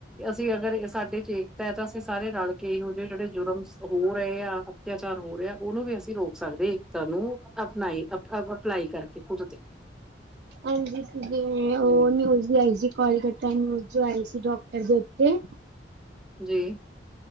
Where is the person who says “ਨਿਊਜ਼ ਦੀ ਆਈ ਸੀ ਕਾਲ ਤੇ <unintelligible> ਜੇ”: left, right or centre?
Right